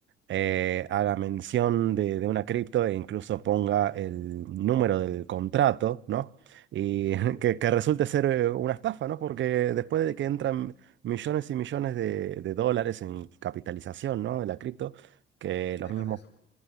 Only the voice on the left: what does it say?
Sí,
y
deja
de eso.